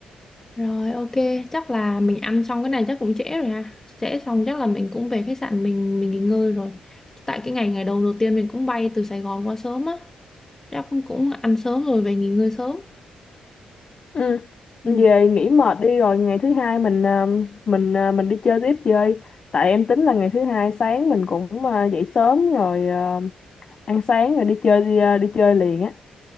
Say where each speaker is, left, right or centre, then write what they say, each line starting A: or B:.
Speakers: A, on the left; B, on the left.
A: rồi ok chắc là mình ăn xong cái này chắc cũng trễ rồi ha trễ xong chắc là mình cũng về khách sạn mình mình nghỉ ngơi rồi tại cái ngày ngày đầu đầu tiên mình cũng bay từ Sài Gòn qua sớm á chắc cũng ăn sớm rồi về nghỉ ngơi sớm
B: Ừ.
A: ừ.
B: Về nghỉ mệt đi rồi ngày thứ hai mình à, mình à, mình đi chơi tiếp chơi. Tại em tính là ngày thứ hai sáng mình cũng à, dậy sớm rồi à, ăn sáng rồi đi chơi đi, à, đi chơi liền á.